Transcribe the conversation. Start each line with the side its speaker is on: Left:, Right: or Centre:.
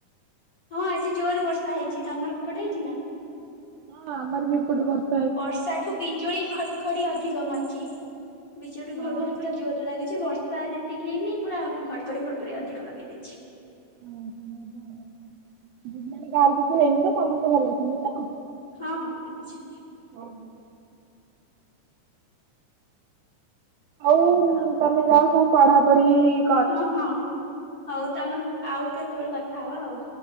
Left: ହଁ ଆଜି ଜୋରେ ବର୍ଷା ହେଇଛି। ତମର ସେପଟେ ହେଇଛି ନା?
Right: ହଁ ଆମର ବି ଏପଟେ ବର୍ଷ
Left: ବର୍ଷାଠୁ ବିଜୁଳି ଘଡ଼ ଖଡି଼ ଅଧିକ ମାରିଛି। ବିଜୁଳି ଘଡ଼ଘଡି
Right: ହଁ।
Left: ପୁରା ଜୋରେ ଲାଗିଛି ବର୍ଷା ଯେ ତିକି ହେଇନି ପୁରା ଘଡ଼ଗଡି଼ ଫଡ଼ଗଡି଼ ଅଧିକ ଲଗେଇ ଦେଇଛି।
Right: ଓହୋ ମାନେ ଗାଁରୁ କିଛି ନେଇନି ତ ସମସ୍ତେ ଭଲ ଅଛନ୍ତି ତ?
Left: ହଁ ହଁ, ଅଛନ୍ତି।
Right: ଓହୋ। ହଉ
Left: ଆଉ
Right: ତମେ ଯାଅ କଣ ପଢ଼ାପଢି଼
Left: ହଁ ହଁ, ହଉ ତମେ ଆଉ କେତେବେଳେ କଥା ହବା ଆଉ।